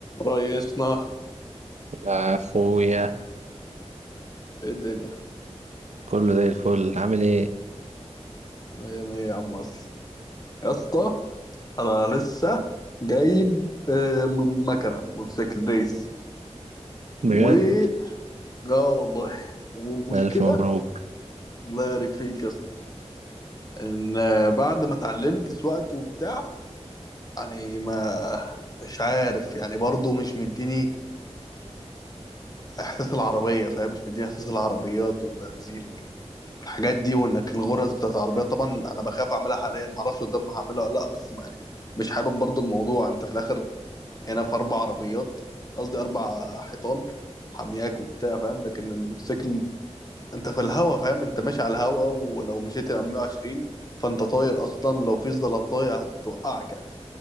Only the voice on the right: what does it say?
أخويا
كله زي الفل عامل إيه؟
بجد
ألف مبروك